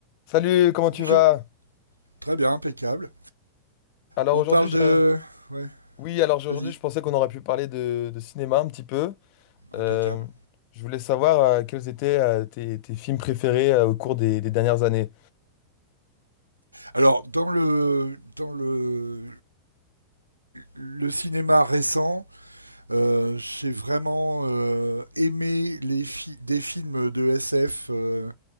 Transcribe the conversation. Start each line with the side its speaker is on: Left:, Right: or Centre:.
Left: Salut, comment tu
Right: Bonjour.
Left: vas?
Right: Très bien, impeccable.
Left: Alors
Right: On
Left: aujourd'hui,
Right: parle
Left: je...
Right: de... Ouais,
Left: Oui, alors j'ai-
Right: vas-y,
Left: aujourd'hui, je pensais qu'on aurait pu parler de, de cinéma un petit peu. Euh,
Right: impeccable.
Left: je voulais savoir euh, quels étaient euh, tes, tes films préférés euh, au cours des, des dernières années.
Right: Alors, dans le, dans le, le cinéma récent, euh, j'ai vraiment euh, aimé les fi- des films de SF euh,